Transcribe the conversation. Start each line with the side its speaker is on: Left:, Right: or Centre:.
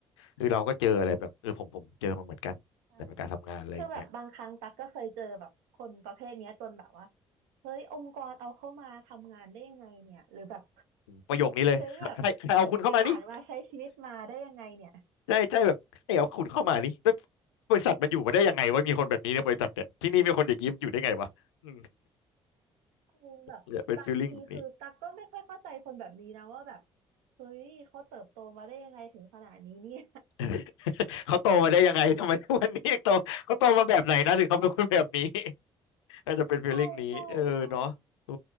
Left: คือเราก็เจออะไรแบบเออผมผมเจอมาเหมือนกันแต่เป็นการทำงานอะไรอย่างเงี้ย
Right: ใช่คือแบบบางครั้งตั๊กก็เคยเจอแบบคนประเภทเนี้ยจนแบบว่าเฮ้ยองค์กรเอาเข้ามาทำงานได้ยังไงเนี่ยหรือแบบ
Left: ประโยคนี้เลย
Right: เฮ้ยแบบ
Left: <laughs> ใครใครเอาคุณเข้ามานี่
Right: ที่ผ่านมาใช้ชีวิตมาได้ยังไงเนี่ย
Left: ใช่ใช่แบบใครเอาคุณเข้ามานี่แล้วบริษัทมันอยู่มาได้ยังไงวะมีคนแบบนี้ในบริษัทเนี่ยที่นี่มีคนอย่างนี้อยู่ได้ไงวะอืม
Right: เออแบบบางทีคือตักก็ไม่ค่อยเข้าใจคนแบบนี้นะว่าแบบ
Left: เนี่ยเป็นฟีลลิ่งแบบนี้
Right: เฮ้ยเขาเติบโตมาได้ยังไงถึงขนาดนี้เนี่ย
Left: <laughs> เขาโตมาได้ยังไงทำไมทุกวันนี้ยังโตเขาโตมาแบบไหนนะถึงเขาเป็นคนแบบนี้ <laughs> อาจจะเป็นฟีลลิ่งนี้เออเนาะโอ
Right: ใช่ใช่ใช่